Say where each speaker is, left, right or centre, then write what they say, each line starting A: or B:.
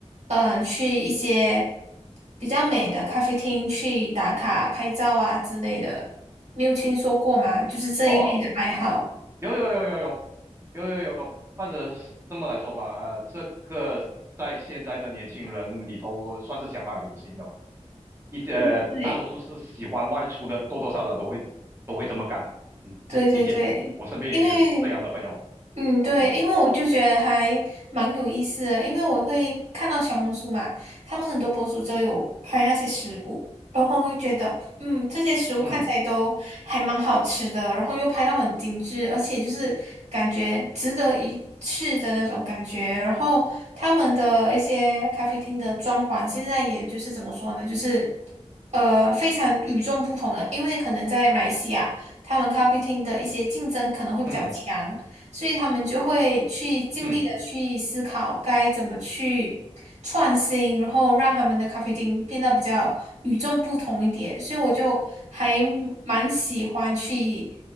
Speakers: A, on the right; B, on the right.
A: 嗯、呃去一些比较美的咖啡厅去打卡拍照啊之类的，你有听说过吗？就是这一类的爱好。
B: 哦，有有有有有有有有，或者是这么来说吧，呃，这个在现在的年轻人里头算是相当流行的吧。一呃，
A: 对
B: 大多数是喜欢外出的，多多少少都会都会这么干。嗯，
A: 对对对，
B: 理解，我身边也有这样的朋友。
A: 因为嗯，对，
B: 嗯
A: 因为我就觉得还蛮有意思的，因为我会看到小红书嘛，他们很多博主都有拍那些食物，然后会觉得，嗯，这些食物看起来都还蛮好吃的，
B: 嗯
A: 然后又拍到很精致，而且就是感觉值得一试的那种感觉。然后他们的一些咖啡厅的装潢，现在也就是怎么说呢，就是呃非常与众不同的，因为可能在马来西亚，他们咖啡厅的一些竞争可能会比较强。
B: 嗯
A: 所以他们就会去尽力的去思考该怎么去创新，
B: 嗯嗯
A: 然后让他们的咖啡厅变得比较与众不同一点。所以我就还蛮喜欢去